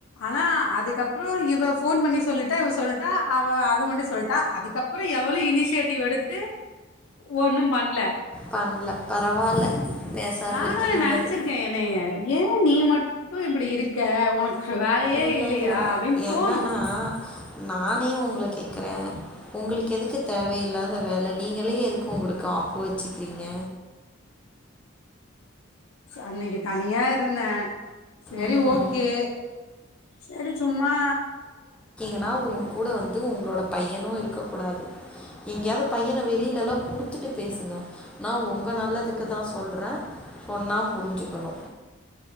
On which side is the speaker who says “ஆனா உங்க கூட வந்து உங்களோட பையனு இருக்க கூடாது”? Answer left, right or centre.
Centre